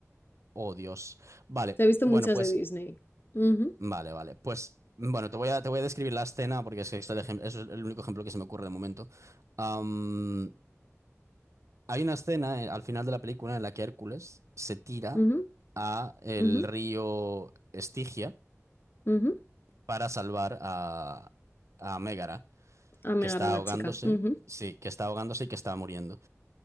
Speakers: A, on the right; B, on the left.
A: Oh, Dios. Vale,
B: Se ha visto
A: bueno,
B: muchas
A: pues
B: de Disney. Ujú,
A: Vale, vale. Pues bueno, te voy a, te voy a describir la escena porque es que este es el ejem- es el único ejemplo que se me ocurre de momento. Am, hay una escena eh, al final de la película en la que Hércules se tira
B: ujú,
A: a el
B: ujú,
A: río Estigia
B: ujú.
A: para salvar a, a Mégara,
B: A Megar
A: que está
B: a la
A: ahogándose,
B: chica. Ujú,
A: sí, que está ahogándose y que está muriendo.